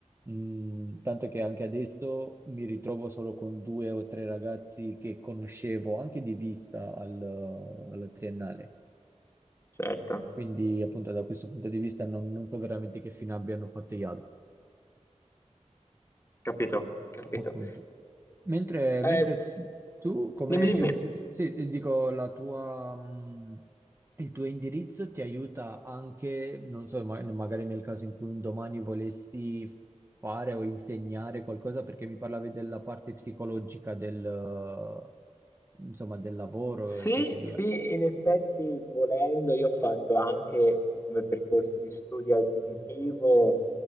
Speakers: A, on the right; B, on the left.
A: Mm, tanto che anche adesso mi ritrovo solo con due o tre ragazzi che conoscevo anche di vista al- alla triennale.
B: certo.
A: Quindi, appunto, da questo punto di vista non, non so veramente che fine abbiano fatto gli altri.
B: Capito, capito.
A: Appunto. Mentre,
B: Eh,
A: mentre
B: s-
A: tu, come,
B: dimmi, dimmi.
A: cioè nel senso, sì, dico, la tua, mh, il tuo indirizzo ti aiuta anche, non so, ma- magari nel caso in cui un domani volessi fare o insegnare qualcosa, perché mi parlavi della parte psicologica del, eh, insomma, del lavoro
B: Sì,
A: e così via.
B: sì, in effetti volendo io ho fatto anche come percorso di studio aggiuntivo